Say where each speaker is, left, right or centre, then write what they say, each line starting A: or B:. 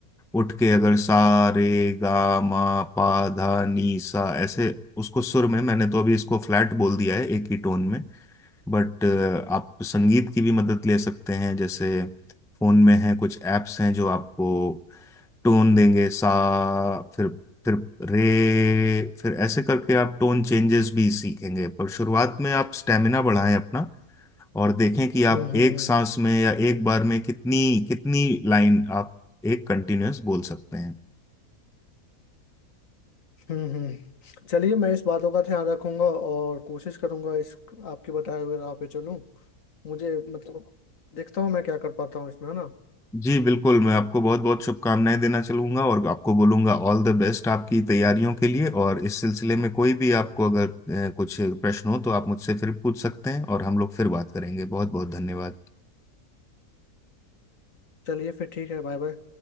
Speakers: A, in the centre; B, on the left.
A: उठ के अगर सा रे गा मा पा धा नी सा ऐसे उसको सुर में मैंने तो अभी इसको फ्लैट बोल दिया है एक ही टोन में बट आप संगीत की भी मदद ले सकते हैं जैसे फोन में हैं कुछ एप्स हैं जो आपको टोन देंगे सा फिर फिर रे फिर ऐसे करके आप टोन चेंजेस भी सीखेंगे पर शुरुआत में आप स्टेमिना बढ़ाएं अपना और देखें कि
B: हम्म
A: आप
B: हम्म
A: एक
B: हम्म
A: सांस में या एक बार में कितनी कितनी लाइन आप एक कंटिन्यूअस बोल सकते हैं
B: हम्म हम्म। चलिए मैं इस बातों का ध्यान रखूंगा और कोशिश करूंगा इस आपके बताए हुए राह पे चलूं मुझे मतलब देखता हूँ मैं क्या कर पाता हूँ इसमें है ना
A: जी बिल्कुल मैं आपको बहुत बहुत शुभकामनाएं देना चलूंगा और आपको बोलूंगा ऑल द बेस्ट आपकी तैयारियों के लिए और इस सिलसिले में कोई भी आपको अगर अ, कुछ प्रश्न हो तो आप मुझसे फिर पूछ सकते हैं और हम लोग फिर बात करेंगे बहुत बहुत धन्यवाद
B: चलिए फिर ठीक है बाय बाय